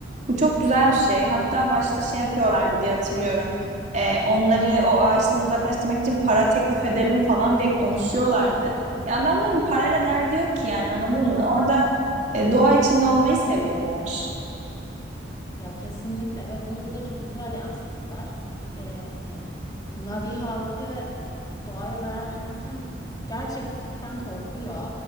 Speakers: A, on the right (about 40°); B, on the left (about 20°).
A: bu çok güzel bir şey. Hatta başta şey yapıyorlardı diye hatırlıyorum. E, onları o ağaçtan uzaklaştırmak için para teklif edelim falan diye konuşuyorlardı. Ya adamların parayla derdi yok ki yani anladın mı? Orada e, doğa içinde olmayı seviyorlar.
B: Ya kesinlikle ve bunu bize çok güzel yansıttılar. Ee, yani bu Navi halkı doğaya zarar vermekten gerçekten korkuyor